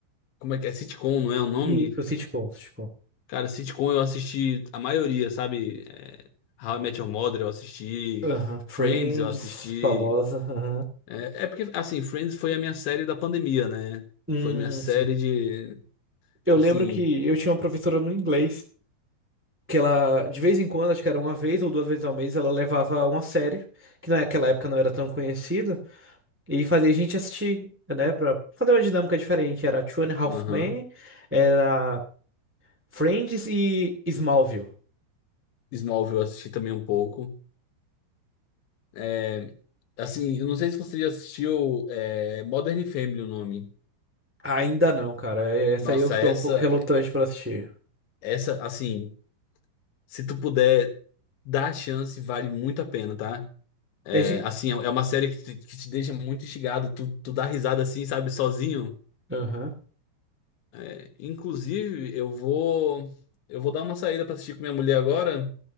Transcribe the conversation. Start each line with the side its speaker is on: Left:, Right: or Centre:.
Left: como é que é? Sitcom, não é o nome?
Right: E o sitcom, sitcom.
Left: Cara, sitcom eu assisti a maioria, sabe? É, How I Met Your Mother eu assisti.
Right: Aham,
Left: Friends
Right: Friends,
Left: eu assisti.
Right: famosa. aham.
Left: É, é porque, assim, Friends foi a minha série da pandemia, né?
Right: Hum,
Left: Foi minha série
Right: sim.
Left: de.
Right: Eu
Left: Tipo
Right: lembro
Left: assim.
Right: que eu tinha uma professora no inglês, que ela, de vez em quando, acho que era uma vez ou duas vezes ao mês, ela levava uma série, que naquela época não era tão conhecida. E fazia a gente assistir, né? Pra fazer uma dinâmica diferente. Era Two and a Half
Left: Aham.
Right: Men, era Friends e Smallville.
Left: Smallville eu assisti também um pouco. É, assim, eu não sei se você já assistiu é, Modern Family, o nome.
Right: Ainda não, cara. É, Essa
Left: Nossa,
Right: aí eu tô
Left: essa,
Right: um pouco relutante pra assistir.
Left: essa, assim, se tu puder dar a chance, vale muito a pena, tá? É,
Right: A gente...
Left: assim, é é uma série que te, que te deixa muito instigado. Tu, tu dá risada assim, sabe, sozinho.
Right: Aham.
Left: É, inclusive, eu vou eu vou dar uma saída pra assistir com minha mulher agora,